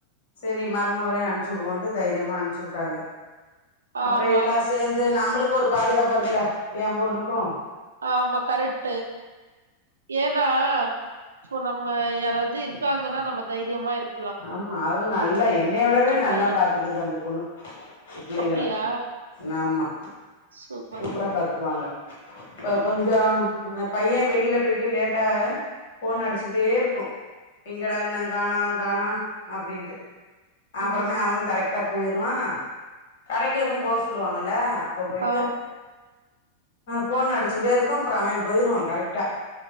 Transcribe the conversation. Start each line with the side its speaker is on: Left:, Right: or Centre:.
Left: செரி மருமகளையும் அனுச்சிடுவோம் என்று தைரியமா அ னுப்ச்சு விட்டாங்க அப்புறம்
Right: ஆமா
Left: எல்லாம் சேர்ந்து நம்ம நம்மளுக்கும் ஒரு பாதுகாப்பா இருக்கும்ல்ல என் பொண்ணுக்கும்
Right: ஆமா கரெக்டு ஏன்னா இப்போ நம்ம யாராவது இருக்காங்கன்னா நம்ம தைரியமா இருக்க
Left: ஆமா அதுவும் நல்லா என்னை விடவே நல்லா
Right: பயோ
Left: பாத்துக்குது அந்த பொண்ணு பிள்ளைங்கள
Right: அப்டியா
Left: ஆமா
Right: சூப்பர்
Left: சூப்பரா பாத்துக்கு ங்க இப்ப கொஞ்சம் பையன் வெளியில போயிட்டு லேட்டா போன் அடிச்சுக்கிட்டே இருக்கும் எங்கட என்ன காணாம் காணாம் அப்படின்ட்டு அப்புறமே
Right: ம்
Left: அவனும் கரெக்டா போயிருவான் கடைக்கு எதுவும் போக சொல்லுவாங்க ல்ல அப்ப போயிட்டு
Right: ஆ
Left: போன்னு அடிச்சுக்கிட்டே இருக்கும் அப்புறம் அவன் போயிருவான் கரெக்ட் ஹ